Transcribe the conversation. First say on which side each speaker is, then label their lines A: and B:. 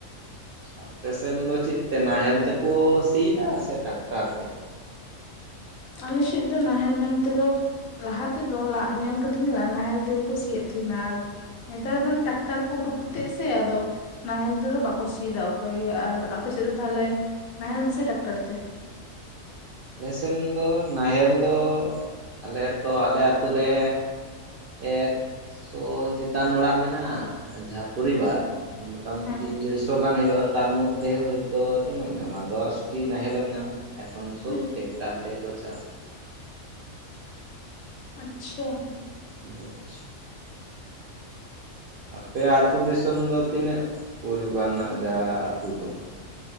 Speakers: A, on the right; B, on the left.
A: ᱟᱯᱮᱥᱮᱱ ᱫᱚ ᱪᱮᱫ ᱛᱮ ᱱᱟᱦᱮᱞ ᱛᱮᱠᱚ ᱥᱤᱭᱫᱟ ᱥᱮ ᱴᱟᱠᱴᱟᱨ ᱛᱮ
B: ᱟᱞᱮ ᱥᱮᱫ ᱫᱚ ᱱᱟᱦᱮᱞ ᱢᱮᱱᱛᱮᱮᱫᱚ ᱞᱟᱦᱟ ᱛᱮᱫᱚ ᱞᱟ ᱧᱮᱞ ᱠᱟᱫᱤᱧ ᱱᱟᱦᱮᱞ ᱛᱮᱜᱮᱠᱚ ᱥᱤᱭᱮᱫ ᱛᱟᱦᱮᱸᱱᱟ ᱟᱨ ᱱᱮᱛᱟᱨ ᱫᱚ ᱰᱟᱠᱛᱟᱨ ᱠᱚ ᱩᱰᱩᱠ ᱠᱟᱛᱮᱫ ᱥᱮ ᱟᱫᱚ ᱱᱟᱦᱮᱞ ᱛᱮᱫᱚ ᱵᱟᱠᱚ ᱥᱤᱭᱫᱟ ᱚᱠᱚᱭ ᱜᱮ ᱟᱨ ᱟᱯᱮ ᱥᱮᱫ ᱫᱚ ᱛᱟᱦᱚᱞᱮ ᱱᱟᱦᱮᱞ ᱥᱮ ᱴᱟᱠᱴᱟᱨ ᱛᱮ?
A: ᱟᱞᱮᱥᱮᱱ ᱫᱚ ᱱᱟᱦᱮᱞ ᱫᱚ ᱟᱞᱮ ᱛᱚ ᱟᱞᱮ ᱟᱛᱳ ᱨᱮ ᱮᱠᱥᱚ ᱪᱮᱛᱟᱱ ᱚᱲᱟᱜ ᱢᱮᱱᱟᱜᱼᱟ ᱡᱟᱦᱟᱸ ᱯᱚᱨᱤᱵᱟᱨ
B: ᱦᱮᱸ
A: ᱢᱚᱴᱟᱢᱩᱴᱤ
B: ᱦᱮᱸ
A: ᱫᱮᱲᱥᱚ ᱜᱟᱱ ᱦᱩᱭᱩᱜᱼᱟ ᱛᱟᱨ ᱢᱚᱫᱽᱫᱷᱮ ᱦᱳᱭᱛ ᱛᱚ ᱛᱤᱱᱟᱹᱜ ᱮᱢ ᱧᱟᱢᱟ ᱫᱚᱥᱴᱤ ᱱᱟᱦᱮᱞᱮᱢ ᱧᱟᱢᱟ ᱮᱠᱷᱚᱱ ᱥᱩᱵ
B: ᱦᱩᱸ
A: ᱴᱮᱠᱴᱟᱨ ᱛᱮᱜᱮ ᱠᱚ ᱪᱟᱥᱟ
B: ᱟᱪᱪᱷᱟ
A: ᱵᱪ <inaudible> ᱟᱯᱮ ᱟ ᱟᱹᱛᱩ ᱫᱤᱥᱚᱢ ᱫᱚ ᱛᱤᱱᱟᱹᱜ ᱯᱚᱨᱤᱵᱟᱱ ᱨᱮᱱᱟᱜ ᱡᱟᱦᱟᱸ ᱟᱛ ᱫᱚ